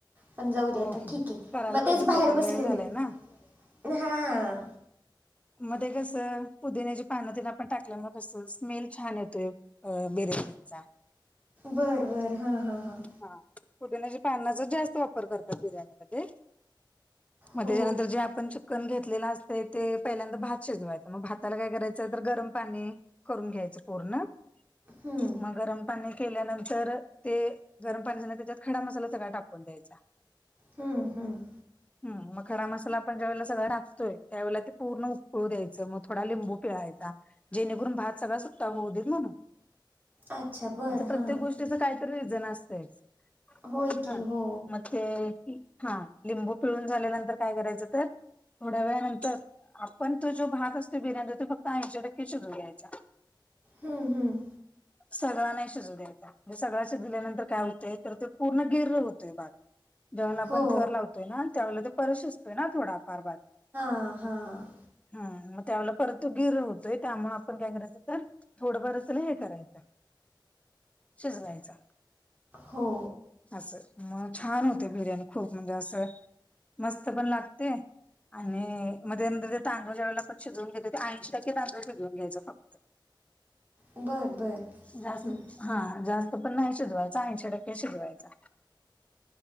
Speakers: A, on the right (about 25°); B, on the left (about 15°).
A: पण जाऊ
B: हो
A: दे, आता
B: हो
A: ठीक आहे.
B: करायला
A: मग
B: पाहिजे
A: तेच बाहेर
B: की आता
A: बसलेले.
B: वेळ झालाय ना
A: हा
B: मध्ये ते कस पुदिन्याची पानं तेन आपण टाकल्यावर मग कसं स्मेल छान येतोय. अ बिर्याणीचा.
A: बरं बरं. हा हा हा.
B: हा. पुदिन्याच्या पानाचा जास्त वापर करतात बिर्याणीमध्ये. मग
A: हो
B: त्याच्यानंतर जे आपण चिकन घेतलेलं असतंय ते पहिल्यांदा भात शिजवायचं मग भाताला काय करायचं, तर गरम पाणी करून घ्यायचं पूर्ण. <inaudible>
A: हम्म
B: मग गरम पाणी केल्यानंतर ते गरम पाणी झालं त्याच्यात खडा मसाला सगळा टाकून द्यायचा.
A: हम्म हम्म.
B: हम. मग खडा मसाला आपण ज्या वळेला सगळा टाकतोय, त्यावेळेला ते पूर्ण उकळू द्यायचं मग थोडा लिंबू पिळायचा. जेणेकरून भात सगळा सुट्टा होउ देत म्हणून.
A: अच्छा बरं
B: असं प्रत्येक
A: हां
B: गोष्टीच काय रिजन असतंयच.
A: होय की.
B: हा.
A: हो.
B: मग ते. हा लिंबू पिळून झाल्यानंतर काय करायचं, तर थोड्या वेळानंतर, आपण तो जो भात असतो बिर्याणीचा, तो फक्त ऐंशी टक्के शिजून घ्यायचा.
A: हम्म हम्म.
B: सगळा नाही शिजू द्यायचा. म्हणजे सगळा शिजवल्यानंतर काय होतंय, तर ते पूर्ण गिर होत ते भात. जेंव्हाला आपण
A: हो
B: थर लावतोय ना त्यावेळेला ते परत शिजंतोय ना थोडाफार भात.
A: हां हां हां.
B: हम मग त्यावेळेला परत तो गिर होतोय, त्यामुळे आपण काय करायचं तर थोडं बरं त्याला हे करायचं. शिजवायचा.
A: हो
B: असं मग छान होते बिर्याणी खूप म्हणजे असं मस्त पण लागते, आणि म त्यानंतर तांदूळ ज्यावेळेला आपण शिजवून घेतो, ते ऐंशी टक्के तांदूळ शिजवून घ्यायचा फक्त
A: बरं बरं
B: <inaudible> जास्त.
A: हम्म
B: हा जास्त पण नाही शिजवायचा, ऐंशी टक्के शिजवायचा.